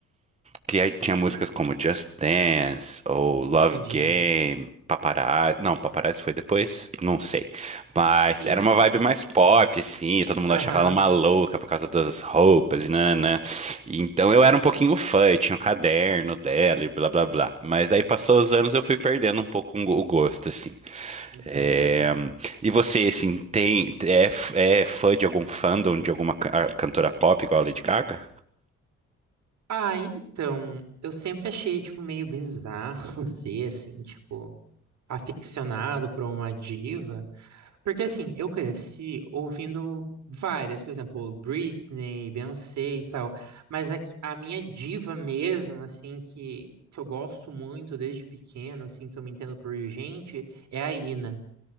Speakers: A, on the right; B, on the right.
A: Que aí tinha músicas como Just Dance ou Love
B: entendi.
A: Game, Paparazzi. Não, Paparazzi foi depois? Não sei. Mas
B: Enfim,
A: era uma vibe mais pop, assim. e Todo mundo
B: aham,
A: achava ela uma louca por causa das roupas e nanã. E Então eu era um pouquinho fã, eu tinha o caderno dela e blá blá blá. Mas daí passou os anos eu fui perdendo um pouco o gosto, assim.
B: entendi.
A: É, E você, assim, tem... é, f- é fã de algum fandom, de alguma ca- cantora pop igual a Lady Gaga?
B: Ah, então, eu sempre achei, tipo, meio bizarro <laughs> ser, assim, tipo, aficionado por uma diva. Porque assim, eu cresci ouvindo várias, por exemplo, Britney, Beyoncé e tal, mas a, que- a minha diva mesmo, assim, que, que eu gosto muito desde pequeno, assim, que eu me entendo por gente, é a Ina.